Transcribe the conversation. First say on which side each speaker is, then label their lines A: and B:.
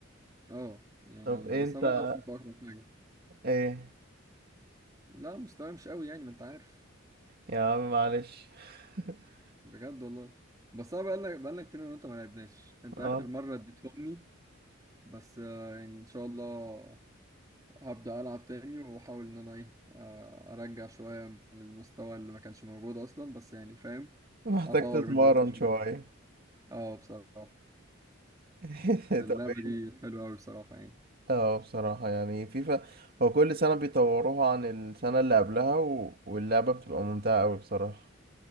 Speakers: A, on the right; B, on the right.
A: اه يعني
B: طب انت
A: بس انا بلعب فيفا اكتر حاجة
B: ايه
A: لا مستواي مش قوي يعني ما انت عارف
B: يا عم معلش <laughs>
A: بجد والله بس انا بقالنا بقالنا كتير انا وانت ما لعبناش انت
B: اه
A: اخر مره اديتهمني بس آه، يعني ان شاء الله هبدا العب تاني واحاول ان انا ايه آه، ارجع شويه من المستوى اللي ما كانش موجود اصلا بس يعني فاهم
B: محتاج
A: اطور
B: تتمرن
A: من نفسي شويه
B: شويه
A: اه بصراحه
B: <laughs>
A: اللعبه
B: طب ايه
A: دي حلوه قوي بصراحه يعني
B: اه بصراحه يعني فيفا هو كل سنه بيطوروها عن السنه اللي قبلها و... واللعبه بتبقى ممتعه قوي بصراحه